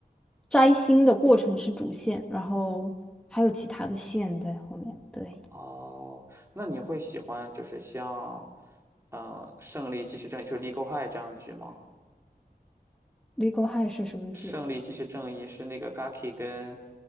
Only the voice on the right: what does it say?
哦，那你会喜欢就是像呃《胜利即是正义》就是《Legal High》这样的剧吗？
《胜利即是正义》是那个 Gaki 跟